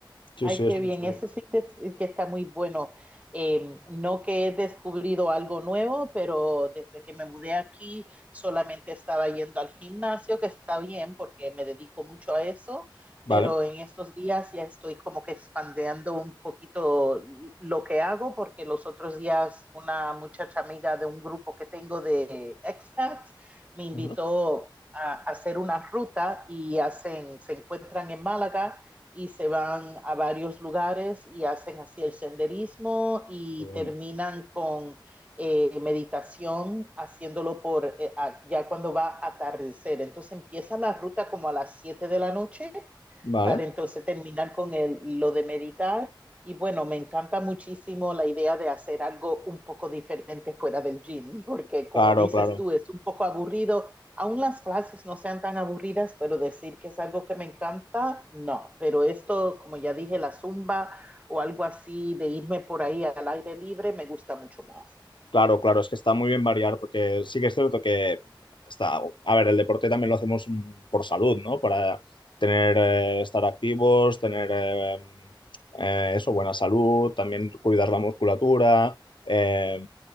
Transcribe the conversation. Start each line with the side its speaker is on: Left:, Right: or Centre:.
Left: Sí,
Right: Ay,
Left: sí,
Right: qué
Left: es muy
Right: bien,
Left: chulo.
Right: eso sí que sí que está muy bueno. Eh, no que he descubrido algo nuevo, pero desde que me mudé aquí solamente estaba yendo al gimnasio, que está bien porque me dedico mucho a eso,
Left: Vale.
Right: pero en estos días ya estoy como que expandiendo un poquito lo que hago, porque los otros días una muchacha amiga de un grupo que tengo de expats me invitó
Left: Ajá.
Right: a hacer una ruta y hacen, se encuentran en Málaga y se van a varios lugares y hacen así el senderismo y
Left: Qué bueno.
Right: terminan con eh, meditación haciéndolo por eh, a, ya cuando va a atardecer. Entonces empiezan la ruta como a las 7 de la noche
Left: Vale.
Right: para entonces terminar con el, lo de meditar. Y bueno, me encanta muchísimo la idea de hacer algo un poco diferente fuera del gym, porque como
Left: Claro,
Right: dices
Left: claro.
Right: tú, es un poco aburrido aún las clases no sean tan aburridas, pero decir que es algo que me encanta, no. Pero esto, como ya dije, la zumba o algo así de irme por ahí al aire libre, me gusta mucho más.
Left: Claro, claro, es que está muy bien variar porque sí que es cierto que está, a ver, el deporte también lo hacemos mm, por salud, ¿no? Para tener, eh, estar activos, tener eh, eh, eso, buena salud, también cuidar la musculatura, eh,